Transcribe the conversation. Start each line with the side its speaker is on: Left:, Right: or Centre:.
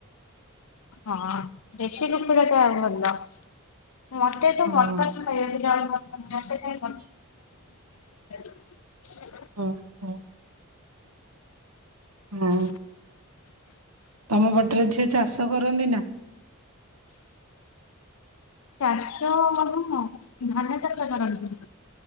Left: ହଁ ଦେଶୀ କୁକୁଡ଼ା ତ ଭଲ <inaudible> ମୋତେ ତୁ
Right: ହଁ।
Left: <unintelligible> ମୋଟା <unintelligible> ଖଇଯାଉଥିଲାଉ। <unintelligible>
Right: ହଁ ହଁ। ହଁ, ତମ ବାଟରେ ଝିଅ ଚାଷ କରନ୍ଦିନା
Left: ଚାଷ <unintelligible> ଧାନ ଚାଷ କରନ୍ତି